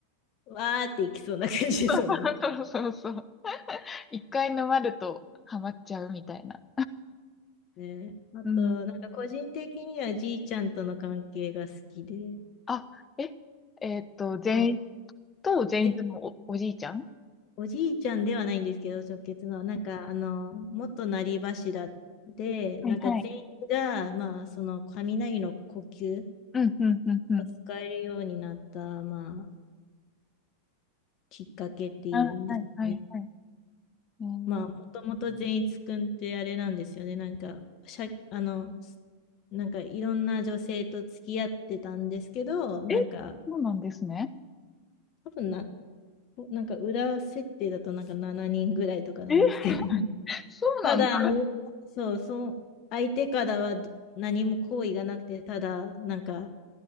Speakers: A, on the left; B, on the left.
A: わーっていきそうな感じですもんね。
B: <laughs> そうそうそう。一回沼るとハマっちゃうみたいな。
A: ね。あと、
B: うん。
A: なんか個人的にはじいちゃんとの関係が好きで、
B: あ、え、えーっと、善逸
A: うん、
B: と善逸のお、
A: で、
B: おじいちゃん
A: おじいちゃんではないんですけど、直結の、なんか、あの、元成柱で、
B: はいはい。
A: なんか全員が、まあ、その雷の呼吸
B: うん、うん、うん、うん。
A: を使えるようになった、まあ、きっかけっていうんですね。
B: あ、はい、はい、はい。えー
A: まあ、もともと善逸くんってあれなんですよね。なんか、しゃ、あの、なんかいろんな女性と付き合ってたんですけど、なんか、
B: え、そうなんですね。
A: 多分な、おなんか裏設定だとなんか7人ぐらいとかなんですけど、
B: え、
A: <laughs>
B: そうなんだ。
A: ただみそう、そう、相手からはど何も好意がなくて、ただなんか